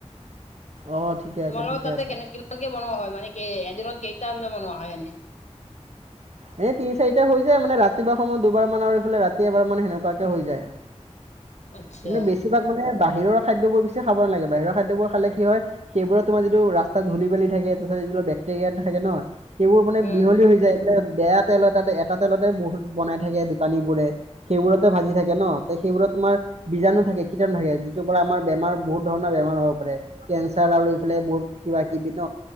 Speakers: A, on the right; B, on the left.
A: অ', ঠিকে আছে,
B: তোমালোকৰ
A: ঠিকে
B: তাতে
A: আছে।
B: কেনে কিমান ক বনোৱা হয় মানে এদিনত কেইটা আঞ্জা বনোৱা হয় এনে
A: এ তিনি চাৰিটা হৈ যায় মানে ৰাতিপুৱা সময়ত দুবাৰ মান আৰু এইফালে ৰাতি এবাৰ মান সেনেকোৱাকে হৈ যায়
B: আচ্ছা
A: কিন্তু বেছিভাগ মানে বাহিৰৰ খাদ্যবোৰ পিছে খাব নালাগে বাহিৰৰ খাদ্যবোৰ খালে কি হয় সেইবোৰত তোমাৰ যিটো ৰাস্তাত ধূলি বালি থাকে তাৰপাছত যিবিলাক বেক্টেৰিয়াটো থাকে ন সেইবোৰ মানে
B: উম
A: মিহলি হৈ যায় মানে বেয়া তেল এটা এটা তেলতে বহুত বনাই থাকে দোকানী বোৰে সেইবোৰতে ভাজি থাকে ন তে সেইবোৰত তোমাৰ বীজাণু থাকে কীটাণু থাকে যিটো পৰা আমাৰ বেমাৰ বহুত ধৰণৰ বেমাৰ হ'ব পাৰে কেঞ্চাৰ আৰু এইফালে বহুত কিবা কিবি ন